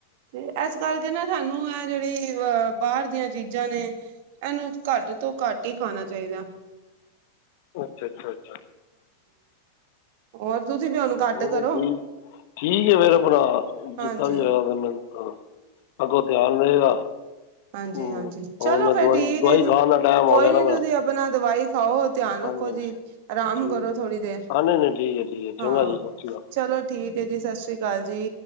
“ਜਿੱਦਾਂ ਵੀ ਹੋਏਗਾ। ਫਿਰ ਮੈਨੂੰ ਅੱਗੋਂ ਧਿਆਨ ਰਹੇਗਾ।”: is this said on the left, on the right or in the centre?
Left